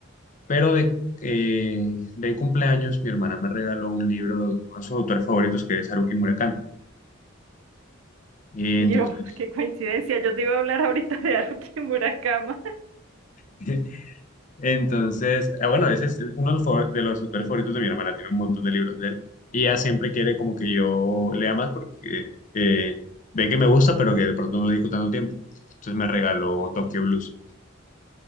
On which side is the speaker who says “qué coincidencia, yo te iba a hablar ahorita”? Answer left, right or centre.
Right